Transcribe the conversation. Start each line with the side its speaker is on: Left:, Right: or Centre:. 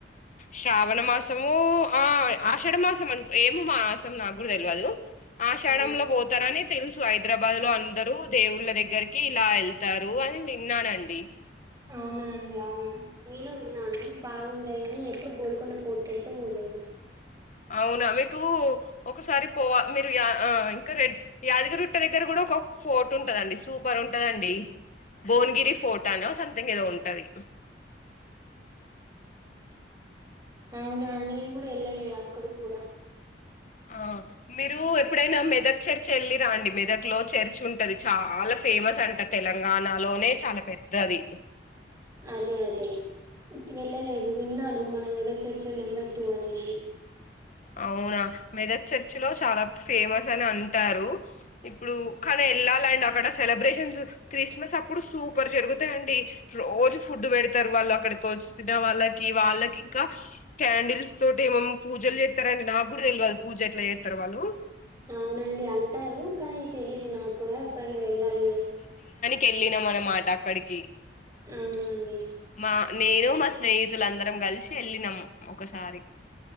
Left: శ్రావణ మాసము ఆ ఆషాఢ మాసం ఏం మాసం నాకు కూడా తెలవదు. ఆషాఢం
Right: ఆ!
Left: లో పోతారని. తెల్సు హైదరాబాద్ లో అందరూ దేవుళ్ళ దగ్గరకి ఇలా ఎళ్తారు అని విన్నానండి.
Right: అవునానండి అవును నేను విన్నాను బాగుండేగాని ఎప్పుడు గోల్కొండ ఫోర్ట్ కైతే పోలేదు.
Left: అవునా మీకు ఒకసారి పోవా మీరు యా ఇంకా రెడ్ యాదగిరి గుట్ట దగ్గర కూడా ఒక ఫోర్ట్ ఉంటదండి సూపర్ ఉంటదండి. భోవన్ గిరి ఫోర్ట్ అనో సమ్ థింగ్ ఎదో ఉంటది.
Right: అవునా నేను కూడా వెళ్ళలే అక్కడికి కూడా
Left: అహ్ మీరు ఎప్పుడైనా మెదక్ చర్చ్ యేళ్ళిరా అండి మెదక్ లో చర్చ్ ఉంటది చాలా ఫేమస్ అంట తెలంగాణలోనే చాలా పెద్దది.
Right: అదే అదే వెళ్ళలేదు విన్నాను మన ఎదో చర్చ నెంబర్ టూ అనేషి.
Left: అవునా మెదక్ చర్చ్ లో చాలా ఫేమస్ అని అంటారు. ఇప్పుడు కాని ఎళ్ళాలండి అక్కడ సెలబ్రేషన్స్ క్రిస్మస్ అప్పుడు సూపర్ జరుగుతాయిండి. రోజు ఫుడ్ బేడతారు వాళ్ళు అక్కడికి వచ్చిన వాళ్ళకి వాళ్ళకి ఇంకా క్యాండిల్స్ తోటి ఏమేం పూజలు చేస్ స్తారండి నాకు కూడా తెల్వద్ పూజ ఎట్లా జెతరో వాళ్ళు.
Right: అవునండి అంటారు కాని తెలిదు నాక్ కూడ ఎప్పుడైనా వెళ్ళాలి. వేల్
Left: కెళ్ళిన మన మాట అక్కడిక్
Right: అవున అండి.
Left: మా నేను మా స్నేహితులందరం కలిసి వెళ్ళినం ఒకసారి